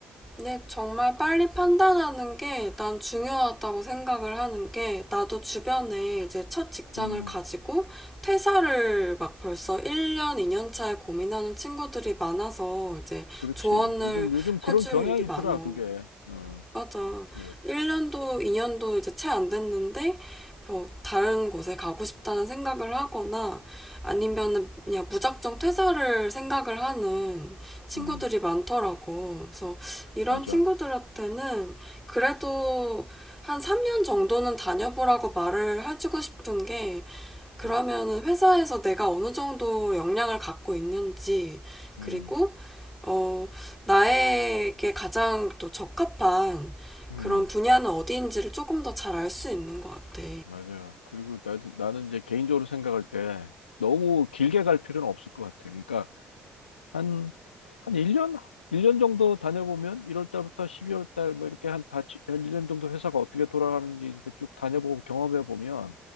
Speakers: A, in the centre; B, on the left.
A: 근데 정말 빨리 판단하는 게 난 중요하다고 생각을 하는 게 나도 주변에 이제 첫 직장을
B: 음,
A: 가지고 퇴사를 막 벌써 1년, 2년 차에 고민하는 친구들이 많아서 이제
B: 그렇지.
A: 조언을
B: 요즘, 요즘 그런
A: 해줄
B: 경향이
A: 일이 많어.
B: 있더라, 그게. 어,
A: 맞아.
B: 그게.
A: 1년도, 2년도 이제 채 안 됐는데, 뭐, 다른 곳에 가고 싶다는 생각을 하거나, 아니면은 그냥 무작정 퇴사를 생각을 하는 친구들이
B: 음,
A: 많더라고. 그래서 이런
B: 맞아.
A: 친구들한테는 그래도 한 3년 정도는 다녀보라고 말을 해주고 싶은 게, 그러면은
B: 음,
A: 회사에서 내가 어느 정도 역량을 갖고 있는지,
B: 음,
A: 그리고 어, 나에게 가장 또 적합한
B: 음.
A: 그런 분야는 어디인지를 조금 더 잘 알 수 있는 것 같아.
B: 맞아요. 그리고 나도, 나는 이제 개인적으로 생각할 때 너무 길게 갈 필요는 없을 것 같아요. 그러니까 한, 한 1년? 일 년 정도 다녀보면 1월 달부터 12월 달 뭐 이렇게 한 다, 한 1년 정도 회사가 어떻게 돌아가는지 이렇게 쭉 다녀보고 경험해 보면